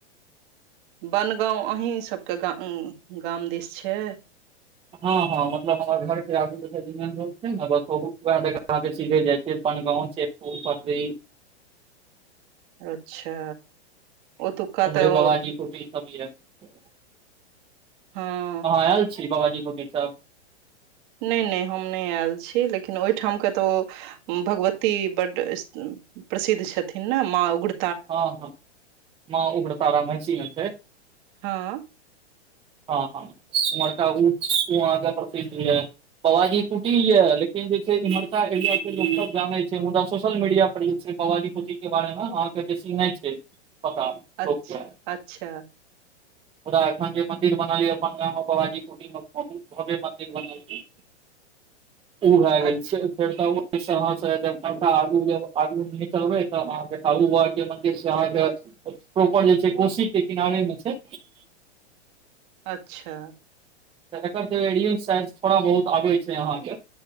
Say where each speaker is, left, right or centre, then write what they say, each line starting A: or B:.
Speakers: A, on the right (about 45°); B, on the right (about 15°).
A: बनगाँंव अहीं सबके गाउ गाम दिस छै
B: हँ-हँ मतलब हमर घर के आगू मे जे छै ने बस अहाँके सिधे जाइ छै पनगाँव छै फूल पर्री
A: अच्छा ओतुका
B: उम्हरे
A: तऽ
B: बाबाजी कुटी अहाँ
A: हँ
B: ऐल छी बाबाजी कुटी सँ
A: नय-नय हम नय ऐल छी लेकिन ओहिठाम कतौ भगवत ती बबड्ड प्रसिद्ध छथिन न माँ उग्र
B: हँ-हँ माँ उग्रतारा महिषी मे छै
A: हँ
B: हँ-हँ उम्हरका श आगाँ प्रसिद्ध यै पबाजी कुटी यै लेकिन जे छै इम्हरका एरिया- तेरिया सब जाने छै मुदा सोशल मीडिया पर रील छै बबाजी पोथीके बारेमे अहाँके बेसी नय छै पता लोक
A: अच्छ
B: के
A: अच्छा
B: मुदा एखन जे मंदिर बनल य बनगाँंव मे बाबाजी कुटी मे बहुत भव्य मंदिर बनल य। उ भ
A: अच्छा
B: गैल छै फेर त से जब पा आ-आगू निकलबे तब अहाँके मन्दिर छै अहाँके ऊपर जे छै कोशी के किनारे में छै
A: अच्छा
B: त एकर जे रील साइंस थोड़ा बहुत आबै छै अहाँके